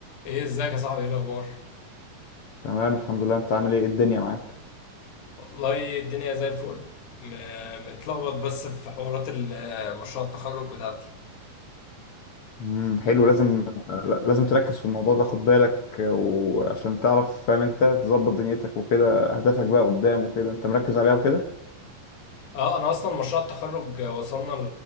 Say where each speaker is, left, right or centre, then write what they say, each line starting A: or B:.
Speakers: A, on the left (about 90°); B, on the left (about 70°).
A: ايه ازيك يا صاحبي ايه الاخبار
B: تمام الحمد لله انت عامل ايه الدنيا معاك
A: والله الدنيا زي الفل م- متلخبط بس في حوارات ال- مشروع التخرج بتاعتي
B: امم حلو لازم لازم تركز في الموضوع ده خد بالك وعشان تعرف فاهم انت تظبط دنيتك وكده اهدافك بقى قدام وكده انت مركز عليها وكده
A: اه انا اصلا مشروع التخرج وصلنا